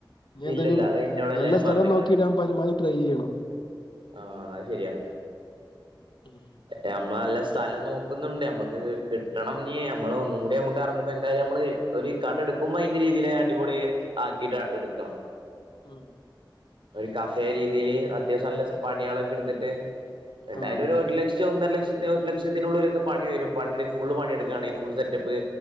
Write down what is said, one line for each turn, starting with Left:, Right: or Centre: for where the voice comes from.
Left: ഞ്ഞി എന്തായാലും
Right: ഇല്ലല്ല അത് എന്നോട് എല്ലാരും
Left: നല്ല സ്ഥലം
Right: പറഞ്ഞേക്കണ്
Left: നോക്കിയിടാൻ പരമാവതി ട്രൈ യ്യണം
Right: ആഹ് അയ് ശെരിയാ
Left: ഉം.
Right: നമ്മള് നല്ല സ്ഥലം നോക്കുന്നുണ്ട് നമ്മക്ക് കിട്ടണം ഞ്ഞി നമ്മള് ഒന്നും കൂടി ഐമ്മക്ക് അറങ്ങുമ്പോ എന്തായാലും നമ്മള് ഒരു കട ഇടുക്കുമ്പോ ഐന്റെ രീതിയിലെ അടിപൊളി ആക്കിട്ട് എടുക്കണം
Left: ഉം
Right: ഒരു കഫേ രീതീല് അത്യാവശ്യം നല്ല പണ്യേളൊക്കെ ഇട്ത്തിട്ട് എന്തായാലും
Left: ആ അതെ
Right: ഒരു ഒരുലക്ഷം
Left: അതെ
Right: ഒന്നര ലക്ഷം ഒരു ലക്ഷത്തിനുള്ളിലൊക്കെ പണി വരും പണി ഫുള്ള് പണി എടുകാണേൽ ഫുൾ സെറ്റപ്പ്